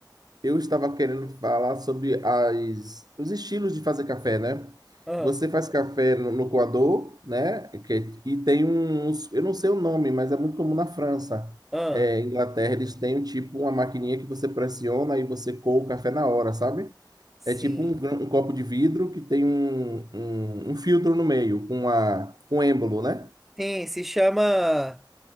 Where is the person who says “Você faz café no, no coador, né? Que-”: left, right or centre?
Right